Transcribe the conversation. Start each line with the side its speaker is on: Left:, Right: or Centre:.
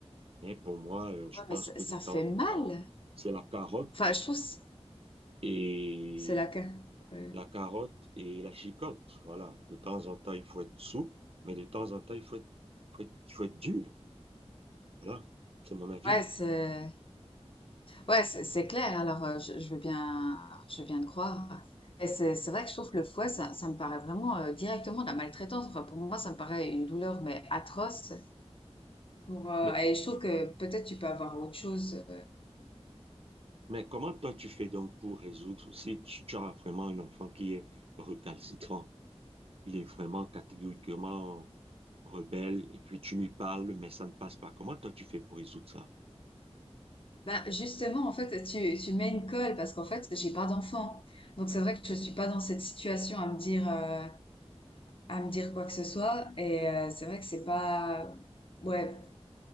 Right: Mais pour moi, euh, je
Left: Ouais,
Right: pense
Left: mais ça,
Right: que
Left: ça
Right: de temps
Left: fait mal.
Right: en temps, c'est la carotte
Left: Enfin, je trouve c-
Right: et
Left: c'est la ca- Ouais,
Right: la carotte et la chicotte. Voilà. De temps en temps, il faut être souple, mais de temps en temps, il faut être, faut être, faut être dur. Voilà. C'est mon avis.
Left: Ouais, c'est ouais, c'est c'est clair. Alors, euh, je, je veux bien je veux bien te croire. Et c'est c'est vrai que je trouve que le fouet, ça, ça me paraît vraiment euh, directement de la maltraitance. Enfin, pour moi, ça me paraît une douleur mais atroce. Pour euh,
Right: Mais,
Left: et je trouve que peut-être tu peux avoir autre chose.
Right: mais comment toi tu fais donc pour résoudre si tu, tu as vraiment un enfant qui est recalcitrant, il est vraiment catégoriquement rebelle et puis tu lui parles, mais ça ne passe pas. Comment toi tu fais pour résoudre ça?
Left: Ben justement, en fait, tu, tu mets une colle parce qu'en fait, j'ai pas d'enfant. Donc c'est vrai que je suis pas dans cette situation à me dire euh, à me dire quoi que ce soit. Et euh, c'est vrai que c'est pas ouais